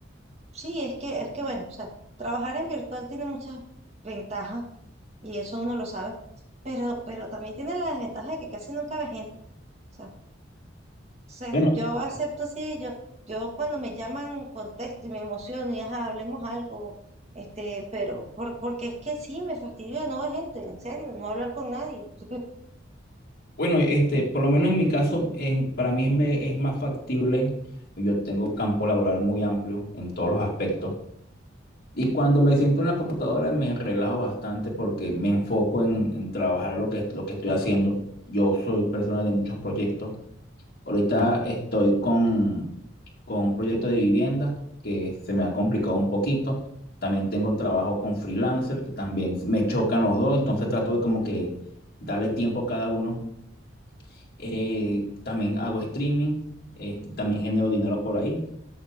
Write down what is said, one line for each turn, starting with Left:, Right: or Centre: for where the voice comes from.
Right: sí, es que, es que bueno, o sea, trabajar en virtual tiene muchas ventajas y eso uno lo sabe, pero, pero también tiene la desventaja de que casi nunca ve gente. O sea, se-
Left: Bueno,
Right: yo acepto así, yo, yo cuando me llaman contesto y me emociono y ajá, hablemos algo, este, pero por, porque es que sí, me fastidio de no ver gente, en serio, no hablar con nadie. <laughs>
Left: bueno, este, por lo menos en mi caso, es- para mí me, es más factible. Yo tengo campo laboral muy amplio en todos los aspectos. Y cuando me siento en la computadora me relajo bastante porque me enfoco en, en trabajar lo que, lo que estoy haciendo. Yo soy persona de muchos proyectos. Ahorita estoy con, con un proyecto de vivienda que se me ha complicado un poquito. También tengo trabajo con freelancer que también me chocan los dos. Entonces trato de como que darle tiempo a cada uno. Eh, también hago streaming, eh, también genero dinero por ahí